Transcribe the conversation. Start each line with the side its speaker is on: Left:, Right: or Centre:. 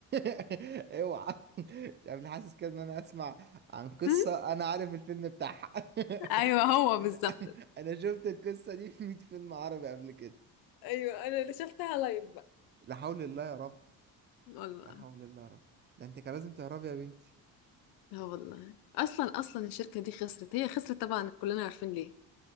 Right: <laughs> اوعى مش عارف ليه حاسس كده ان انا اسمع عن قصة
Left: <laughs>
Right: انا عارف الفيلم بتاعها <laughs>
Left: ايوه هو بالظبط
Right: انا انا شفت القصة دي في 100 فيلم عربي قبل كده
Left: ايوه انا اللي شفتها لايف بقى
Right: لا حول الله يا رب
Left: والله
Right: لا حول الله يا رب ده انت كان لازم تهربي يا بنتي
Left: اه والله اصلا اصلا الشركة دي خسرت هي خسرت طبعا كلنا عارفين ليه